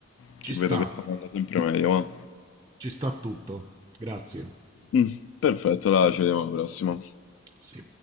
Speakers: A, on the left (about 70°); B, on the right (about 20°).
A: che
B: Ci sta,
A: vedo che sta andando sempre meglio, ma...
B: ci sta tutto. Grazie.
A: Mm, perfetto, là, ci vediamo alla prossima.
B: Sì.